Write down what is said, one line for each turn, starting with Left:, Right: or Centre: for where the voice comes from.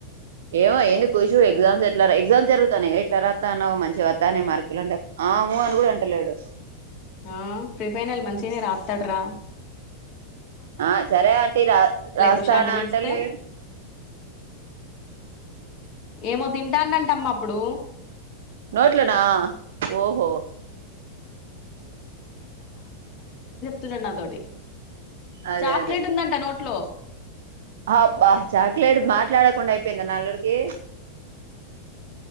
Right: ఏమో ఏంది కూషూ ఎగ్సామ్స్ ఏ ట్లా రా ఎగ్జామ్ జరుగుతానాయి గా ఎట్ల రాత్తా అన్నావు మంచిగా ఆత్తానాయి మార్కులు అంటే ఆ ఊ అని కూడా అంటలేడు
Left: ఆ ప్రీ ఫైనల్ మంచిగనే రాత్తాడురా
Right: ఆ సరే ఆంటీ రా రాస్తానా
Left: విశాంటి పిలిస్తే
Right: అంటే లే
Left: ఏమో తింటాండంటమ్మా ప్పుడు
Right: నోట్లోనా ఓహో
Left: తున్నడు నా తోటి
Right: అదే
Left: చాక్లెట్
Right: అదే
Left: ఉందంట నోట్ ట్లో
Right: అబ్బా చాక్లెట్ మాట్లాడకుండా అయిపోయిందా నా అల్లుడికి